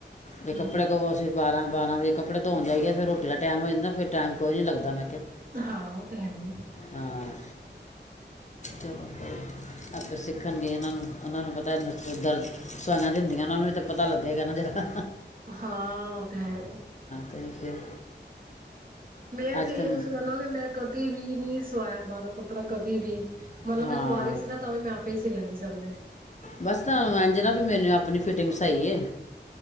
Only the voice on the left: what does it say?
ਜੇ ਕੱਪੜੇ
ਕੁਵੋਸੀ ਬਾਰਾਂ ਬਾਰਾਂ ਵਜੇ ਕਪੜੇ ਧੋ ਜਾਈ ਫਿਰ ਰੋਟੀ ਦਾ ਟਮ ਹੋ ਜਾਂਦਾ ਫਿਰ ਟਾਈਮ ਕੋਈ ਨਹੀਂ ਲੱਗਦਾੈੂੰ
ਹਾਂ ਚਲੋ ਕੋਈ ਨਹੀਂ ਆਪਾਂ ਸਿੱਖਣਗੇ ਇਹਨਾਂ ਨੂੰ ਉਹਨਾਂ ਨੂੰ ਪਤਾ ਦਰਦ ਸਵਾਈਆਂ ਦਿੰਦੀਆਂ ਉਹ ਨੂੰ ਪਤਾ ਲੱਗੇਗਾ ਨਾ ਜਿਹੜਾ
ਤੇ ਤੇ
ਅੱਜ
ਤਾਂ
ਹਾਂ
ਬਸ ਤੁਹਾਨੂੰ ਇੰਜ ਨਾ ਵੀ ਮੈਨੂੰ ਆਪਣੀ ਫਿਟਿੰਗ ਸਹੀ ਹੈ